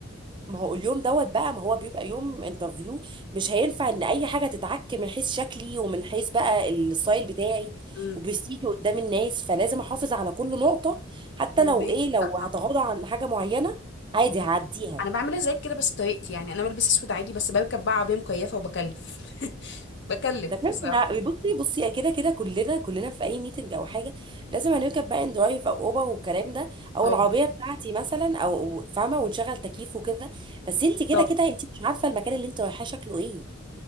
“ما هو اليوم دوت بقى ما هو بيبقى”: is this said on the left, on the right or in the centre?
Right